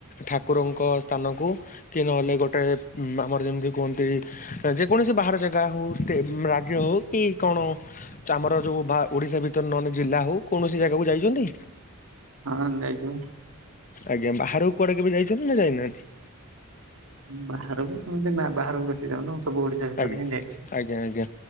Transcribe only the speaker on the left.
ଠାକୁରଙ୍କ ସ୍ଥାନକୁ କି ନହେଲେ ଗୋଟେ ଆମର ଯେମିତି କୁହନ୍ତି ଯେକୌଣସି ବାହାର ଜାଗା ହଉ। ଟେ ରାଜ୍ୟ ହଉ କି କଣ ଆମର ଯୋଉ ଓଡିଶା ଭିତରେ ନେ ଜିଲ୍ଲା ହଉ କୌଣସି ଜାଗାକୁ ଯାଇଛନ୍ତି?
ଆଜ୍ଞା ବାହାରକୁ କୁଆଡେ କେବେ ଯାଇଛନ୍ତି ନା ଯାଇନାହାନ୍ତି।
ଆଜ୍ଞା
ଆଜ୍ଞା ଆଜ୍ଞା।